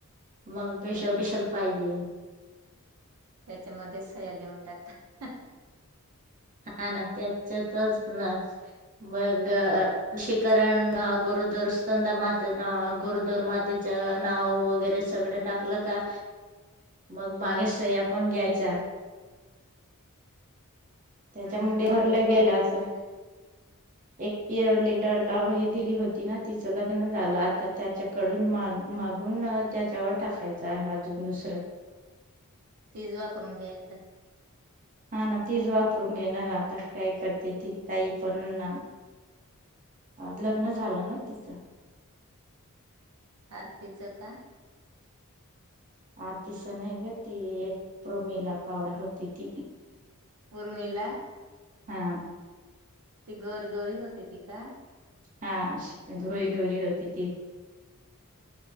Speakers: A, on the right; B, on the right.
A: मग स्पेशल स्पेशल पाहिजे
B: त्याच्यामध्ये सहया घेऊन टाकतात
A: हा ना त्याच्यातच नाच मग लसीकरण गोरुदर स्तंदा माते गोरुदर मातेच नाव वगैरे सगळं टाकलं का मग मागे सह्या पण घ्यायच्या त्याच्यामुळे
B: हा ना, माझं
A: भरलं
B: पण
A: गेलं आता
B: तसच आहे
A: एक पिअर लीडरला व हे दिली होती ना तिचं लग्न झालं आता त्याच्याकडून माग मागून त्याच्यावर टाकायचं आहे अजून दुसरं
B: तीज वापरून घ्यायचा
A: हा ना <unintelligible> काय करते ती ताई पण ना <unintelligible> लग्न झालं ना तिचं
B: आरतीचं का
A: आरतीच नाही ग ती एक प्रमिला पवार होती ती
B: उर्मिला
A: हा
B: ती गोरी गोरी होते ती का
A: हा गोरी गोरी होती ती